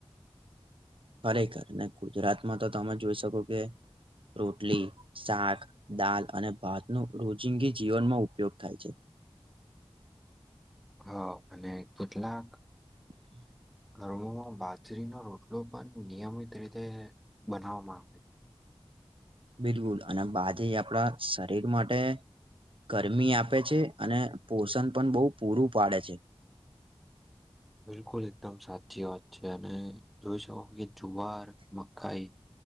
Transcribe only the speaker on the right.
ખરેખર ને ગુજરાતમાં તો તમે જોઈ શકો કે રોટલી શાક દાળ અને ભાત નો રોદીગી જીવનમાં ઉપયોગ થાય છે. <inaudible>
<inaudible>
બિલકુલ અને બાજરી આપણા શરીર માટે ગરમી આપે છે. અને પોષણ પણ બહુ પૂરું પાડે છે.